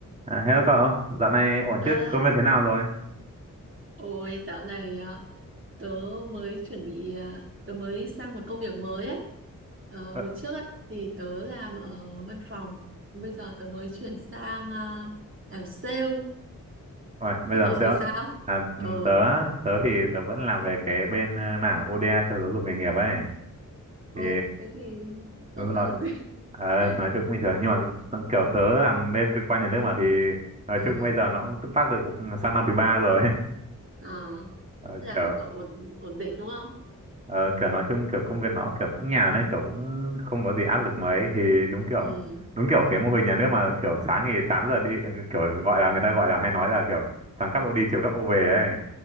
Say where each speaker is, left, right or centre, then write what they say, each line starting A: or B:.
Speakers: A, on the right; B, on the right.
A: À, hello cậu, dạo này ổn
B: ơi
A: chứ? Công việc thế nào rồi?
B: ôi dạo này à, tớ mới chuẩn bị à, tớ mới sang một công việc mới ấy Ờ,
A: Ờ,
B: hồi trước ấy thì tớ làm ở văn phòng bây giờ tớ mới chuyển sang à, làm sale
A: Ôi, bây
B: thế
A: giờ làm
B: cậu
A: sao?
B: thì sao
A: À, ừm,
B: ờ
A: tớ, tớ thì tớ vẫn làm về cái bên ờ, mảng ODA cho giáo dục nghề nghiệp ấy. Thì
B: thôi thế thì
A: đúng
B: tốt
A: rồi,
B: tốt còn gì
A: Ờ,
B: <laughs>
A: nói chung cũng bình thường nhưng mà t- kiểu tớ làm bên cơ quan nhà nước mà thì nói
B: ừ
A: chung bây giờ nó cũng túc tắc được sang năm thứ ba rồi. <laughs>
B: ờ
A: Ờ,
B: thế là
A: kiểu
B: của cậu ổn ổn định đúng không
A: Ờ, kiểu nói chung kiểu công việc nó kiểu cũng nhàn đấy kiểu cũng không có gì áp lực mấy thì đúng kiểu
B: ừ
A: đúng kiểu cái mô hình nhà nước mà kiểu sáng thì 8 giờ đi ừ, kiểu gọi là người ta gọi là hay nói là kiểu sáng cắp ô đi chiều cắp ô về ấy